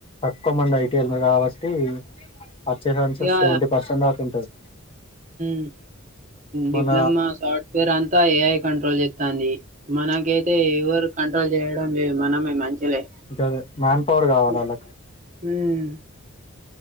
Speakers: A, on the left; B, on the right.
A: తక్కువ మంది ఐటిఎల్ కాబట్టీ అచ్చె ఛాన్సెస్
B: యా
A: సెవెంటీ పర్సెండాఫ్ ఉంటది
B: మ్..
A: మన
B: డిప్లొమా సాఫ్ట్వేర్ అంతా ఏఐ కంట్రోల్ చెస్తాంది మనకైతే ఎవ్వరు కంట్రోల్ చేయడం మనమే మంచి లే
A: గదే మ్యాన్ పవర్ కావాలి
B: మ్...
A: వాళ్ళకి
B: మ్...